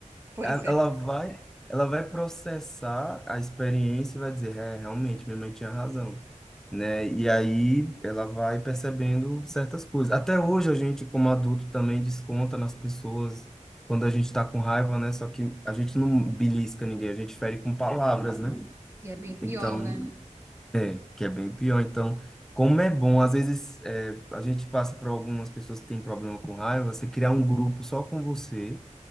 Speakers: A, on the right; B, in the centre.
A: pois
B: A-
A: é.
B: Ela vai, ela vai processar a experiência e vai dizer, é, realmente, minha mãe tinha razão, né? E aí ela vai percebendo certas coisas. Até hoje a gente, como adulto, também desconta nas pessoas quando a gente está com raiva, né? Só que a gente não belisca ninguém, a gente fere com palavras, né?
A: E é bem pior,
B: Então,
A: né?
B: que é bem pior. Então, como é bom, às vezes é, a gente passa por algumas pessoas que têm problema com raiva, você criar um grupo só com você,